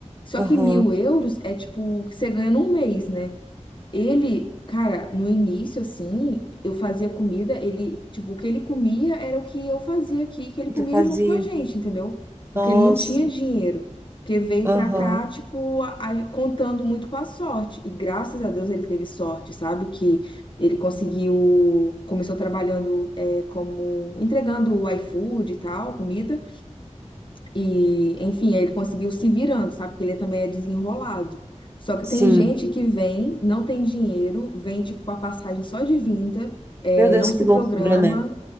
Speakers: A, on the left; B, on the right.
A: Só
B: aham.
A: que mil euros é tipo o que você ganha num mês, né? Ele, cara, no início, assim, eu fazia comida, ele, tipo, o que ele comia era o que eu fazia aqui, que ele
B: E
A: comia
B: tu fazia?
A: junto com a gente, entendeu? Porque
B: Nossa,
A: ele não tinha dinheiro. Porque veio
B: aham.
A: pra cá, tipo, a- a- contando muito com a sorte. E graças a Deus ele teve sorte, sabe? Que ele conseguiu, começou trabalhando, é, como, entregando o iFood e tal, comida. E, enfim, ele conseguiu se virando, sabe? Porque ele também é desenrolado. Só que
B: Sim.
A: tem gente que vem, não tem dinheiro, vem tipo com a passagem só de vinda, é,
B: Meu Deus,
A: não se
B: que loucura,
A: programa
B: né?